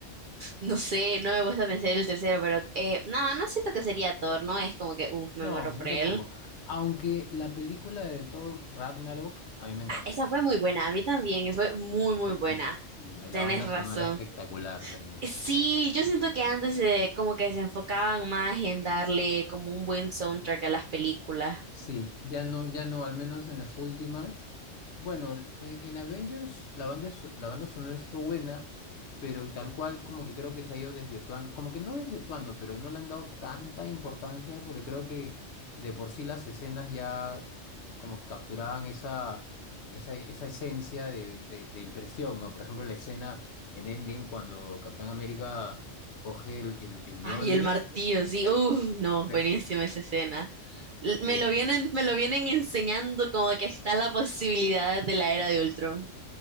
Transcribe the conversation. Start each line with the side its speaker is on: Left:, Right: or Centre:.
Right: No sé, no me gusta pensar el tercero, pero eh, no, no siento que sería Thor, no es como que, uff, me
Left: No,
Right: muero
Left: a
Right: por
Left: mí tampoco.
Right: él.
Left: Aunque la película de Thor Ragnarok a mí me encantó.
Right: Ah, esa fue muy buena, a mí también, fue muy, muy
Left: Buenísima.
Right: buena,
Left: Y
Right: tenés
Left: la banda sonora
Right: razón.
Left: espectacular también.
Right: Eh, Sí, yo siento que antes eh, como que se enfocaban más en darle como un buen soundtrack a las películas.
Left: Sí, ya no, ya no, al menos en las últimas. Bueno, en, en Avengers la banda, so- la banda sonora estuvo buena, pero tal cual como que creo que se ha ido desvirtuando, como que no desvirtuando, pero no le han dado tanta importancia porque creo que de por sí las escenas ya como que capturaban esa, esa, esa esencia de, de, de impresión, ¿no? Por ejemplo, la escena en Endgame cuando Capitán América coge el, el, el Mjolnir.
Right: Ay, el martillo, sí. uff no,
Left: Espe-
Right: buenísima esa escena. L-
Left: Sí,
Right: Me lo
Left: espe-
Right: vienen, me lo vienen enseñando como que está la posibilidad de la era de Ultron.